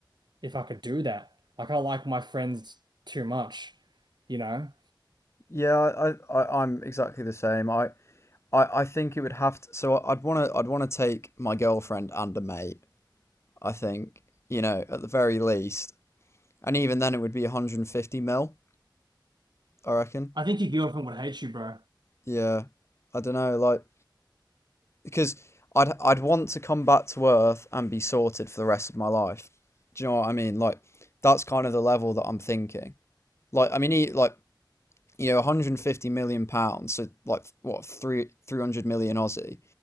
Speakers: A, on the right (about 60°); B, on the left (about 35°).
A: if I could do that. Like I like my friends too much, you know?
B: Yeah. I, I I- I'm exactly the same. I I I think it would have to. So I'd wanna I'd wanna take my girlfriend and a mate. I think you know at the very least, and even then it would be 150 mil. I reckon.
A: I think your girlfriend would hate you, bro.
B: Yeah, I don't know, like because I'd I'd want to come back to Earth and be sorted for the rest of my life. Do you know what I mean? Like that's kind of the level that I'm thinking. Like I mean, he, like you know, 150 million pounds, so like what three 300 million Aussie